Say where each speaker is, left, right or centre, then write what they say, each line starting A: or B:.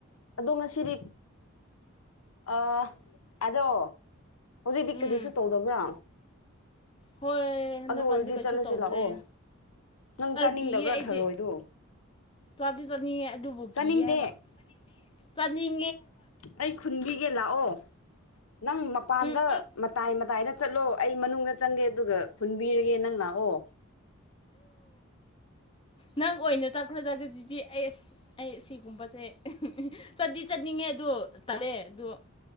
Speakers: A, on the left (about 85°); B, on the left (about 25°).
A: ꯑꯗꯣ ꯉꯁꯤꯗꯤ ꯑ ꯑꯗꯣ ꯍꯧꯖꯤꯛꯇꯤ ꯀꯔꯤꯁꯨ
B: ꯎꯝ
A: ꯇꯧꯗꯕ꯭ꯔꯥ
B: ꯍꯣꯏ ꯍꯟꯗꯛꯀꯥꯟꯗꯤ
A: ꯑꯗꯨ ꯑꯣꯏꯔꯗꯤ
B: ꯀꯩꯁꯨ
A: ꯆꯠꯂꯁꯤ
B: ꯇꯧꯗ꯭ꯔꯦ
A: ꯂꯥꯛꯑꯣ ꯅꯪ
B: ꯑꯥ
A: ꯆꯥꯅꯤꯡꯗꯕ꯭ꯔꯥ
B: ꯀꯤꯌꯦ ꯑꯩꯗꯤ
A: ꯊꯔꯣꯏꯗꯣ
B: ꯆꯥꯗꯤ ꯆꯠꯅꯤꯡꯌꯦ ꯑꯗꯨꯕꯨ
A: ꯆꯥꯅꯤꯡꯗꯦ
B: ꯀꯤꯌꯦꯕ ꯆꯥꯅꯤꯡ
A: ꯑꯩ ꯈꯨꯟꯕꯤꯒꯦ ꯂꯥꯛꯑꯣ ꯅꯪ ꯃꯄꯥꯟꯗ
B: ꯎꯝ ꯎꯝ
A: ꯃꯇꯥꯏ ꯑꯗꯨꯗꯥꯏꯗ ꯆꯠꯂꯣ ꯑꯩ ꯃꯅꯨꯡꯗ ꯆꯪꯒꯦ ꯑꯗꯨꯒ ꯈꯨꯟꯕꯤꯔꯒꯦ ꯅꯪ ꯂꯥꯛꯑꯣ <unintelligible>
B: ꯅꯪ ꯑꯣꯏꯅ ꯆꯠꯈ꯭ꯔꯗꯒꯖꯤꯗꯤ ꯑꯩ ꯑꯁ ꯑꯩ ꯁꯤꯒꯨꯝꯕꯁꯦ ꯆꯠꯗꯤ ꯆꯠꯅꯤꯡꯉꯦ ꯑꯗꯣ ꯇꯂꯦ ꯑꯗꯨ